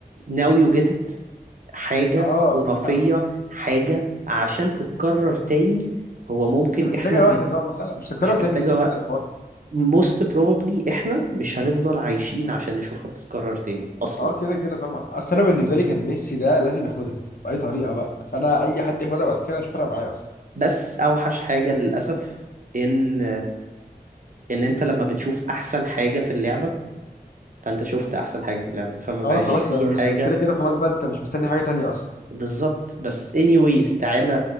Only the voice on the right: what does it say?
now you get it حاجة
خرافية
حاجة عشان تتكرر تاني هو ممكن
احنا
ما
مش محتاجة
وقت
most probably احنا مش هنفضل عايشين عشان نشوفها بتتكرر تاني اصلا
بس اوحش حاجة للأسف ان ان انت لما بتشوف احسن حاجة في اللعبة فانت شفت احسن حاجة في اللعبة فما بقاش
في
حاجة
بالظبط بس anyways تعالى